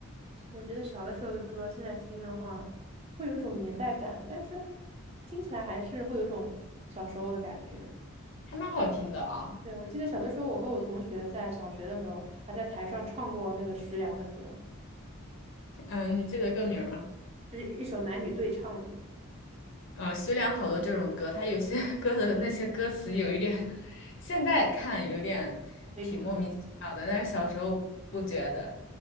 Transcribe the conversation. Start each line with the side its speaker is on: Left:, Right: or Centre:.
Right: 其实我觉得小的时候的歌，现在听的话，会有一种年代感，但是听起来还是会有一种小时候的感觉。
Left: 还蛮好听的啊。
Right: 对，我记得小的时候，我和我同学在小学的时候，还在台上唱过那个徐良的歌，
Left: 嗯，你记得歌名儿吗？
Right: 就是一一首男女对唱的那种，
Left: 嗯，徐良好多这种歌，他有些 <laughs> 歌的那些歌词有一点，现在看有点挺莫名其妙的，
Right: 非主流。
Left: 但是小时候不觉得。